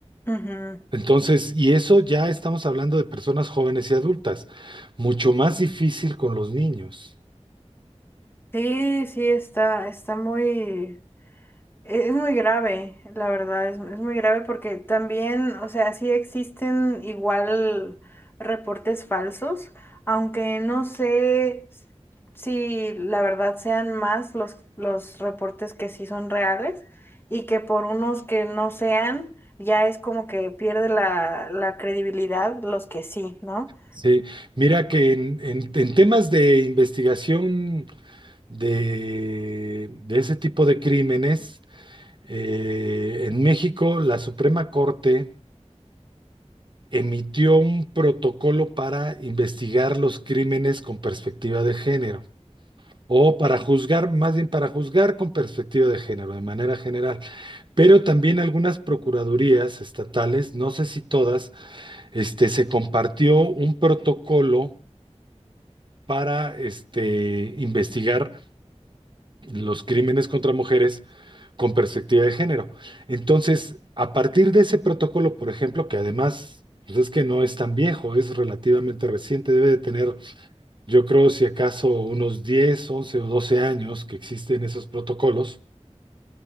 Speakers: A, on the left; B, on the right.
A: Ujú.
B: Entonces, y eso ya estamos hablando de personas jóvenes y adultas, mucho más difícil con los niños.
A: Sí, sí, está, está muy... e-, Es muy grave, la verdad, es, es muy grave porque también, o sea, sí existen igual reportes falsos, aunque no sé si la verdad sean más los, los reportes que sí son reales y que por unos que no sean, ya es como que pierde la, la credibilidad los que sí, ¿no?
B: Sí, mira que en, en- en temas de investigación de, de ese tipo de crímenes, eh, en México la Suprema Corte emitió un protocolo para investigar los crímenes con perspectiva de género, o para juzgar, más bien para juzgar con perspectiva de género, de manera general. Pero también algunas procuradurías estatales, no sé si todas, este, se compartió un protocolo para este, investigar los crímenes contra mujeres con perspectiva de género. Entonces, a partir de ese protocolo, por ejemplo, que además pues es que no es tan viejo, es relativamente reciente, debe de tener, yo creo, si acaso unos 10, 11 o 12 años que existen esos protocolos.